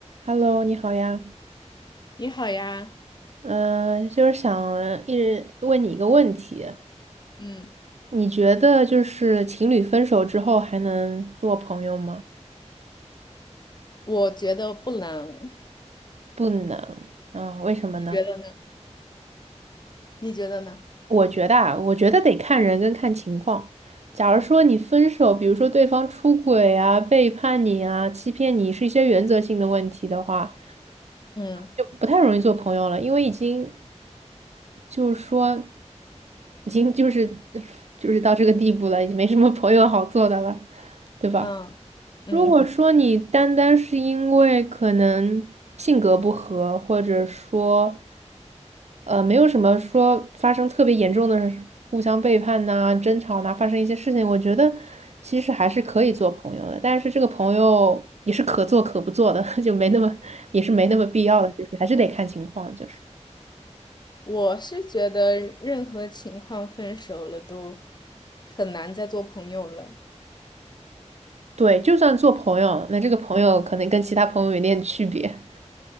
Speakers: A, on the right (about 65°); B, on the left (about 35°).
A: Hello，你好呀，
B: 你好呀，
A: 嗯、就是想一直问你一个问题，
B: 嗯，
A: 你觉得就是情侣分手之后还能做朋友吗？
B: 我觉得不冷，
A: 不能啊，为什么呢？
B: 你觉得呢？你觉得呢？
A: 我觉得啊，我觉得得看人跟看情况。假如说你分手，比如说对方出轨啊、背叛你啊、欺骗你，是一些原则性的问题的话，
B: 嗯
A: 就不太容易做朋友了，因为已经就是说已经就是 <laughs> 就是到这个地步了，已经没什么朋友好做的了，对吧？
B: 嗯嗯，
A: 如果说你单单是因为可能性格不合，或者说
B: 嗯，
A: 呃，没有什么说发生特别严重的互相背叛呐、争吵呐、发生一些事情，我觉得其实还是可以做朋友的，但是这个朋友也是可做可不做的，<laughs> 就没那么也是没那么必要的，就是还是得看情况，就是
B: 我是觉得任何情况分手了都很难再做朋友了。
A: 对，就算做朋友，那这个朋友可能跟其他朋友有点区别。